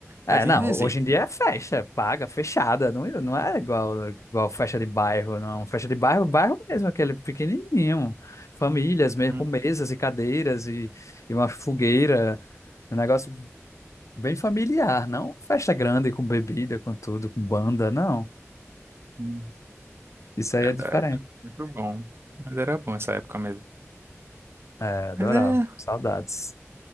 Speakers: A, on the left (about 75°); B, on the right (about 50°).
A: É,
B: Mas
A: não,
B: ainda existe.
A: hoje em dia é festa, paga, fechada, não, não é igual, igual festa de bairro, não. Festa de bairro, bairro mesmo, aquele pequenininho, famílias mesmo,
B: Hum,
A: com mesas e cadeiras e, e uma fogueira, um negócio bem familiar, não festa grande com bebida, com tudo, com banda, não.
B: hum.
A: Isso aí
B: Verdade.
A: é diferente.
B: Muito bom. Mas era bom essa época mesmo.
A: É, adorava,
B: Mas é,
A: saudades.